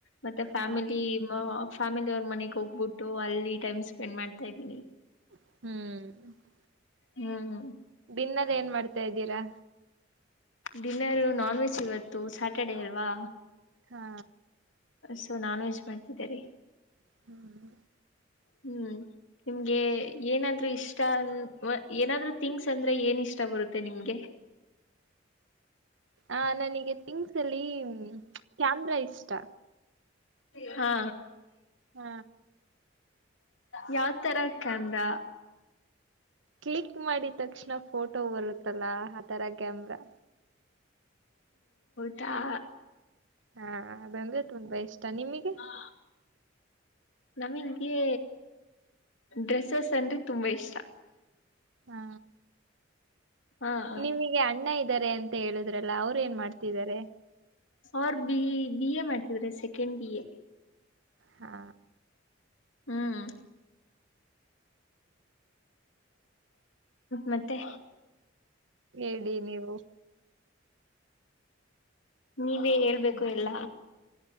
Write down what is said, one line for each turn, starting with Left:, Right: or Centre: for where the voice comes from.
Left: ಮತ್ತೆ
Right: ಹ
Left: ಫ್ಯಾಮಿಲಿ ಫ್ಯಾಮಿಲಿ ಅವ್ರ ಮನೆಗೆ ಹೋಗ್ಬಿಟ್ಟು ಅಲ್ಲಿ ಟೈಮ್ ಸ್ಪೆಂಡ್ ಮಾಡ್ತಾ ಇದ್ದೀನಿ
Right: ಹ್ಮ್
Left: ಹ್ಮ್
Right: ದನ್ನದ್ ಏನ್ ಮಾಡ್ತಾ ಇದ್ದೀರಾ
Left: ಡಿನ್ನರ್ ನಾನ್ ವೆಜ್ ಇವತ್ತು ಸ್ಯಾಟರ್ಡೇ ಅಲ್ವಾ
Right: ಹಾ
Left: ಸೊ ನಾನು ವೆಜ್ ಮಾಡ್ತಿದ್ದೇನೆ
Right: ಹ್ಮ್
Left: ಹ್ಮ್ ನಿಮ್ಗೆ ಏನಾದ್ರು ಇಷ್ಟ ಏನಾದ್ರು ಥಿಂಗ್ಸ್ ಅಂದ್ರೆ ಏನ್ ಇಷ್ಟ ಬರುತ್ತೆ ನಿಮ್ಗೆ <inaudible>
Right: ಆ ನನಗೆ ತಿಂಗ್ಸ್ ಅಲ್ಲಿ ಕ್ಯಾಮ್ರಾ ಇಷ್ಟ
Left: ಹಾ
Right: ಹ
Left: ಯಾವತರ ಕ್ಯಾಮ್ರಾ.
Right: ಕ್ಲಿಕ್ ಮಾಡಿದ ತಕ್ಷಣ ಫೋಟೋ ಬರುತ್ತಲ್ಲ ಆ ತರ ಕ್ಯಾಮ್ರಾ
Left: ದಾ
Right: ಹಾ ಅದಂದ್ರೆ ತುಂಬಾ ಇಷ್ಟ ನಿಮಗೆ
Left: ಹಾ ನಮಗೆ ಡ್ರೆಸ್ಸಸ್ ಅಂದ್ರೆ ತುಂಬಾ ಇಷ್ಟ
Right: ಹಾ
Left: ಹಾ ಹ
Right: ನಿಮಗೆ ಅಣ್ಣ ಇದ್ದಾರೆ ಅಂತ ಮತ್ತ ಹೇಳುದ್ರಲ್ಲ ಅವ್ರ ಏನ್ ಮಾಡ್ತಿದ್ದಾರೆ
Left: ಅವ್ರ ಬಿ ಬಿ ಎ ಮಾಡ್ತಿದ್ರ ಸೆಕೆಂಡ್ ಬಿ ಎ
Right: ಹಾ
Left: ಹ್ಮ್ ಮತ್ತೆ
Right: ಹೇಳಿ ನೀವು
Left: ನೀವೇ ಹೇಳ್ಬೇಕು ಎಲ್ಲ